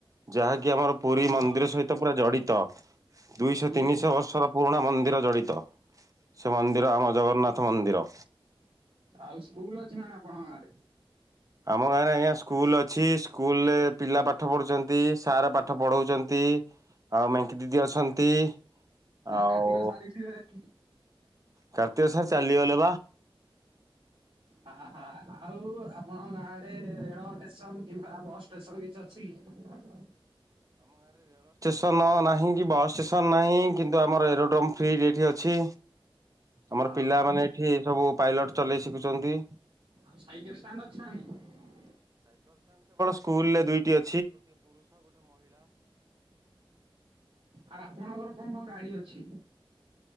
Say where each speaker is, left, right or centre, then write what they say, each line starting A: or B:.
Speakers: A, on the right; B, on the right.
A: ଯାହାକି କି ଆମର ପୁରୀ
B: ହଁ
A: ମନ୍ଦିର ସହିତ ପୁରା ଜଡିତ। ଦୁଇଶହ
B: ଇଏ
A: ତିନିଶହ ବର୍ଷର ପୁରୁଣା ମନ୍ଦିର ଜଡି ତ ସେ ମନ୍ଦିର ଆମ ଜଗନ୍ନାଥ ମନ୍ଦିର।
B: ଆଉ ସ୍କୁଲ ଅଛି ନା ଆପଣଙ୍କ ଗାଁରେ?
A: ଆମ ଗାଁରେ ଆଜ୍ଞା ସ୍କୁଲ ଅଛି। ସ୍କୁଲ ରେ ପିଲା ପାଠ ପଢୁଛନ୍ତି। ସାର ପାଠ ପଢଉଛନ୍ ନ୍ତି, ଆଉ ମେଙ୍କି ଦିଦି ଅଛନ୍ତି? ଆଉ
B: କାର୍ତ୍ତିକ ସାରିଥିବେ
A: କାରତିକ ସାର୍ ଚାଲଲିଗଲେ
B: ହଁ ହଁ ଆଉ ଆପଣଙ୍କ ଗାଁ ଆଡେ ରେଳ ଟେସନ କିମ୍ବା ବସ୍ ଟେସନ କିଛି ଅଛି କି?
A: ଟେସନ ନାହିଁ କି ବସ୍ ଷ୍ଟେସନ ନାହିଁ କିନ୍ତୁ ଆମର ଏରୋଡମ୍ ଫ୍ରି ଏଇଠି ଅ ଅଛି, ଆମର
B: ହଁ
A: ପିଲାମାନେ
B: ହଁ ଆଉ
A: ଏଠି ସବୁ ପାଇଲଟ ଚଲେଇ ଶିଖୁଛନ୍ତି।
B: ଆଉ ସାଇକେଲ ଷ୍ଟାଣ୍ଡ୍ ଅଛି ନା ନାହିଁ?
A: ସ୍କୁଲ ରେ ଦୁଇଟି ଅ
B: ଆ ଆପଣଙ୍କର ଆପଣ କ ଗାଡି ଅଛି?